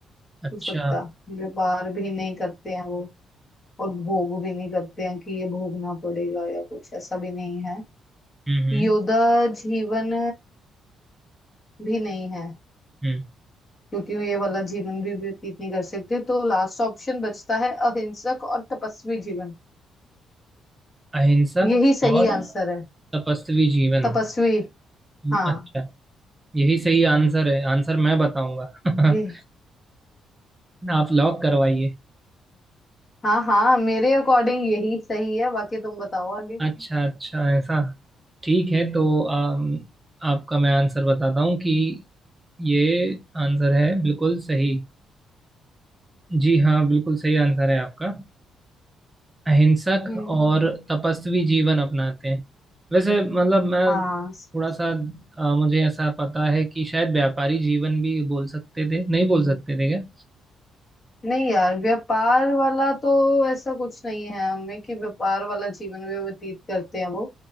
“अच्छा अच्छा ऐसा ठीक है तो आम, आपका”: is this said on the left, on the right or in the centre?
Right